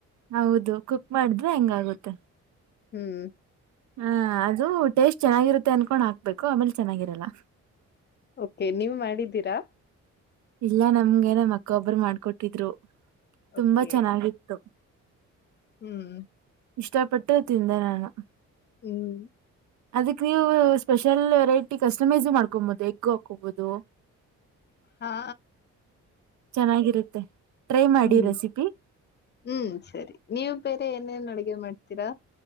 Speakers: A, on the right; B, on the left.
A: ಹೌದು ಕುಕ್ ಮಾಡಿದ್ರೆ ಹೆಂಗಾಗುತ್ತೆ.
B: ಹ್ಮ್.
A: ಹ ಅದು ಟೇಸ್ಟ್ ಚೆನ್ನಾಗಿರುತ್ತೆ ಅನ್ಕೊಂಡ್ ಹಾಕ್ಬೇಕು ಆಮೇಲ್ ಚೆನ್ನಾಗಿರಲ್ಲ
B: ಓಕೆ ನೀವು ಮಾಡಿದಿರಾ
A: ಇಲ್ಲ ನಮ್ಗೆನೆಮ್ಮ ಅಕ್ಕ ಒಬ್ಬರು ಮಾಡ್ಕೊಟ್ಟಿದ್ರು ತುಂಬಾ
B: ಓಕೆ
A: ಚೆನ್ನಾಗಿತ್ತು
B: ಹ್ಮ್
A: ಇಷ್ಟಪಟ್ಟು ತಿಂದೆ ನಾನು
B: ಹ್ಮ್
A: ಅದಕ್ ನೀವು. ಸ್ಪೆಷಲ್ ವೆರೈಟಿ ಕಸ್ಟಮೈಸ್ ಮಾಡ್ಕೊಬಹುದು ಎಗ್ ಹಾಕಬಹುದು.
B: ಹಾ.
A: ಚೆನ್ನಾಗಿರುತ್ತೆ. ಟ್ರೈ ಮಾಡಿ
B: ಹ್ಮ್
A: ರೆಸಿಪಿ
B: ಹ್ಮ್ ಸರಿ ನೀವು ಬೇರೆ ಏನೇನ್ ಅಡಿಗೆ ಮಾಡ್ತೀರಾ.